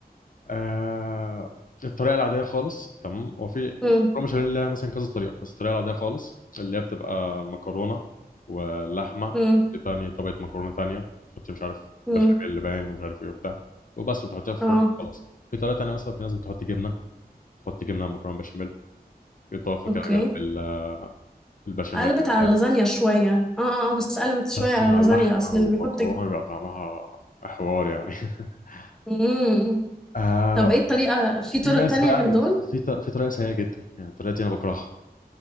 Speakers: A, on the left; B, in the centre.
A: آه الطريقه العاديه خالص تمام هو في
B: امم
A: مكرونه بشاميل ليها مثلا كذا طريقه بس الطريقه العاديه خالص اللي هي بتبقى مكرونه ولحمه
B: امم
A: تاني طبقه مكرونه تانية تحطي مش عارف
B: امم
A: بشاميل باين ومش عارف ايه وبتاع وبس بتحطيها في
B: اه
A: فرن خلاص في طريقه تانية مثلا في ناس بتحط جبنه تحط جبنه على مكرونه بشاميل اضافه
B: اوكي
A: كده جنب ال- البشاميل
B: قلبت
A: وبتاع
B: على لازانيا شوية اه اه آه، بس قلبت شوية
A: بس
B: على
A: مع
B: لازانيا
A: اللحمه
B: اصل
A: والمكرونه
B: اللي بيحط ج-
A: بيبقى طعمها حوار يعني <laughs>
B: مم.
A: آه
B: طب ايه الطريقة في
A: في
B: طرق
A: ناس
B: تانية
A: بقى
B: غير
A: يعني
B: دول
A: في ط- في طريقه سيئه جدا يعني الطريقه دي انا بكرهها